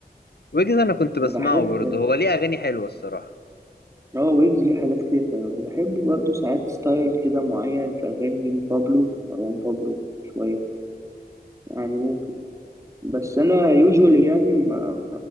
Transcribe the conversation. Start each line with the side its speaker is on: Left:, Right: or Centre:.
Left: ويجز انا كنت
Right: بحب
Left: بسمعه برضه هو ليه اغاني حلوة الصراحة
Right: اه ويجز ليه حاجات كتير حلوة وبحب برضه ساعات ستايل كده معين في أغاني لبابلو مروان بابلو شوية يعني ممكن بس أنا يوجوالي يعني ما